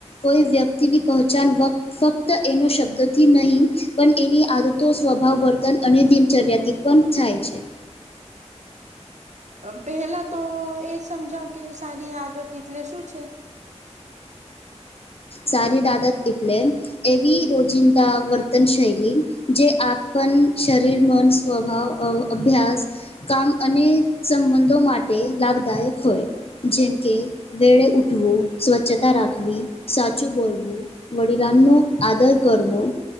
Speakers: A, on the left; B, on the right.
A: કોઈ વ્યક્તિની પહચાન વ ફક્ત એનો શબ્દથી નહીં. પણ એની આદતો સ્વભાવ વર્તન અને દિનચર્યાથી પણ થાય.
B: પહેલાં તો એ સમજાવ કે સારી આદત એટલે શું છે?
A: સારી આદાત એટલે એવી રોજિંદા વર્તન શૈલી, જે આપણ શરીર, મન, સ્વભાવ. અભ્યાસ, કામ અને સંબંધો માટે લાભદાયક હોય. જેમ કે વેળે ઉઠવું સ્વચ્છતા રાખવી. સાચું બોલવું, વડીલાનો આદર કરવો.